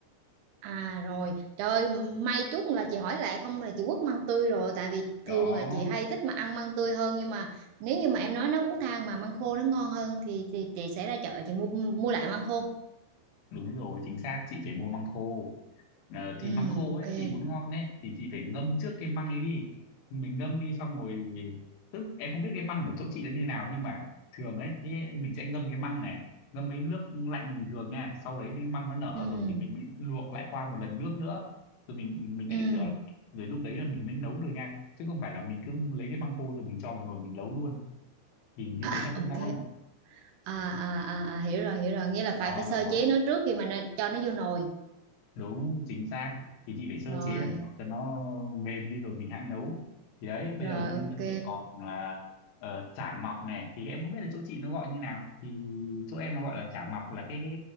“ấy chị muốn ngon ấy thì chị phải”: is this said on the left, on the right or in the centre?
Left